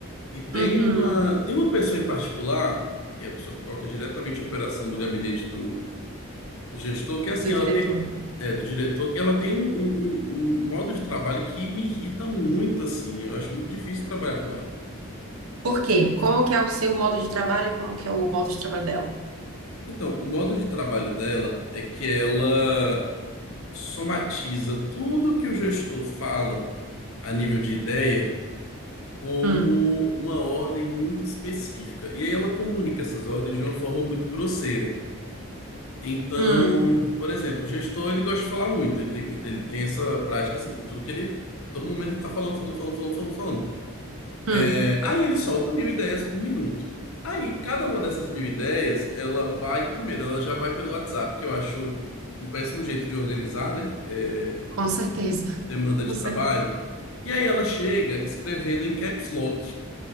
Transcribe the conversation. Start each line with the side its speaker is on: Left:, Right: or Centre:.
Left: E tem
Right: uhum.
Left: uma, tem uma pessoa em particular, que é a pessoa que toca diretamente a operação do gabinete do, do gestor, que é assim,
Right: Do
Left: ela
Right: diretor.
Left: tem, é, do diretor, que ela tem um, um, um um modo de trabalho que me irrita muito, assim, eu acho muito difícil trabalhar com ela.
Right: Por quê? Como que é o seu modo de trabalho e como que é o modo de trabalho dela?
Left: Então, o modo de trabalho dela é que ela somatiza tudo que o gestor fala a nível de ideia como
Right: Hum,
Left: uma ordem muito específica. E aí ela comunica essas ordens de uma forma muito grosseira. Então,
Right: hum,
Left: por exemplo, o gestor ele gosta de falar muito, ele tem, ele tem essa prática assim, que tudo que ele. Todo momento ele tá falando, falando, falando, falando, falando, falando.
Right: hum.
Left: É, aí ele solta mil ideias por minuto. Aí, cada uma dessas mil ideias, ela vai. Primeiro, ela já vai pelo WhatsApp, que eu acho um péssimo jeito de organizar, né? É,
Right: Com certeza. <laughs>
Left: demanda de
Right: Com
Left: trabalho.
Right: certeza.
Left: E aí ela chega escrevendo em caps lock.